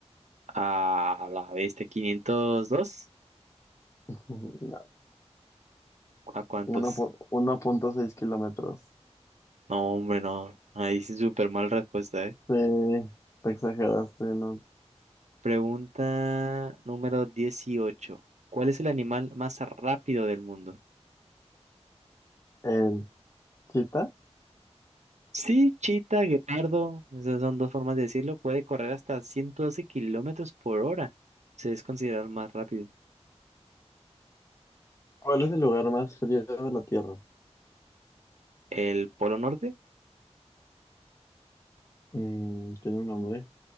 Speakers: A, on the right; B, on the left.
A: A la bestia, quinientos dos
B: <laughs>
A: ¿A cuántos?
B: Ujú, No, uno punto seis kilómetros.
A: No, hombre, no. Ahí sí súper mal respuesta, ¿eh?
B: Sí, te exageraste, ¿no?
A: Pregunta número dieciocho ¿Cuál es el animal más rápido del mundo?
B: El chita.
A: Sí, chita, guepardo. Esas son dos formas de decirlo. Puede correr hasta 112 kilómetros por hora. Se es considerado el más rápido.
B: ¿Cuál es el lugar más frío de la Tierra?
A: ¿El Polo Norte?
B: Mm, tiene un nombre.